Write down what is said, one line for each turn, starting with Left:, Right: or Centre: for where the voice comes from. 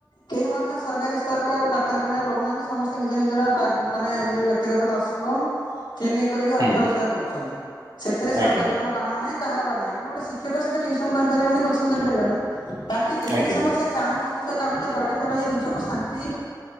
Left: କେହି ମଧ୍ୟ ସରକାରୀ ସ୍ତରରେ ଆଉ ଡାକ୍ତରଖାନାରେ ରହୁନାହାନ୍ତି ସମସ୍ତେ ନିଜ ନିଜର ମାନେ ନିଜର ବ୍ୟକ୍ତିଗତ ନର୍ସିଂ ହୋମ କ୍ଲିନିକ କରିକି
Right: ହୁଁ
Left: ଅର୍ଥ ରୋଜଗାର କରୁଛନ୍ତି ସେଥିରେ ସରକାରଙ୍କର
Right: ଆଜ୍ଞା
Left: ବାାର ନାଇଁ କାହାରାରୁହିଁନ୍ତଣ ଗୋଟେିକ୍ଷକ ସତ ଟ୍ୟସନ କରିପାରିବନି କୋିଂ କରିାରିବନି ବାକି ଯେତିକି
Right: ଆଜ୍ଞା
Left: ସମୟ ସେ ଚାହୁଁଛି ନିଜ କାମରେ ଜଡିତ ରହି ନିଜକୁ ଶାନ୍ତି